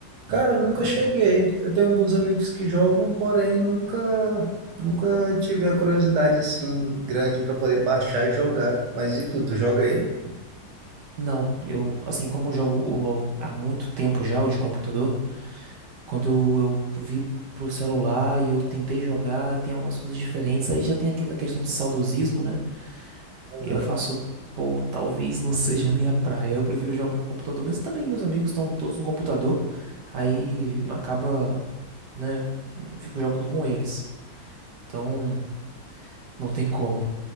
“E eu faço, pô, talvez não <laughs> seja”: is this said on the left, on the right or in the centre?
Right